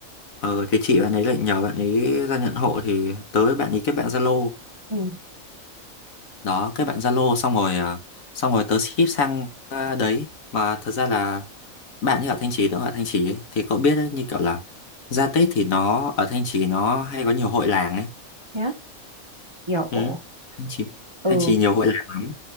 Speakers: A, on the left; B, on the right.
A: ờ thì chị bạn ấy lại nhờ bạn ấy ra nhận hộ thì tớ với bạn ấy kết bạn Zalo
B: Ừ.
A: đó kết bạn Zalo xong rồi à, xong rồi tớ ship sang à, đấy mà thật ra là bạn như ở Thanh Trì nữa ở Thanh Trì ấy, thì cậu biết đấy như kiểu là ra Tết thì nó ở Thanh Trì nó hay có nhiều hội làng ấy
B: Nhá. Kiểu,
A: ừ. Thanh Trì
B: ừ.
A: Thanh Trì nhiều hội làng lắm